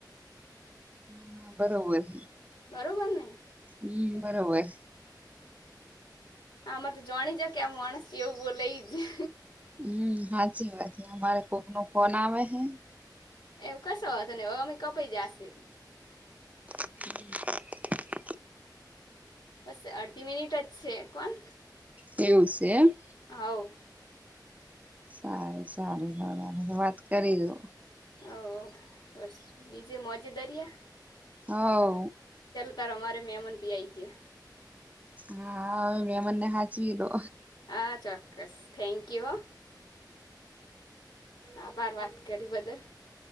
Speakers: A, on the right; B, on the left.
A: ના ના બરોબર.
B: બરોબર ને.
A: હમ બરોબર.
B: આમાં તો જોણી જા કે આમ મોણસ કેવું બોલે ઇ
A: હમ સાચી વાત અમારે કોક નો ફોન આવે હે.
B: એવું કશો વોન્ધો નઇ અમે આમય કપાઈ જાશે.
A: <inaudible>
B: અસ અડધી મનિટ જ છે હોન
A: એવું સે એમ.
B: આવ
A: સારુ, સારુ, સાર તો વાત કરી લો
B: ઓ બસ બીજે, મોજે એ દારિયા
A: હ, હાઓ
B: તાર અમારે મેમન બી આઈ જ્યા
A: હા હવે મેમોન ને હાચવી લો
B: હા ચોક્કસ થેન્ક યુ હો. આભાર વાત કરી બદલ.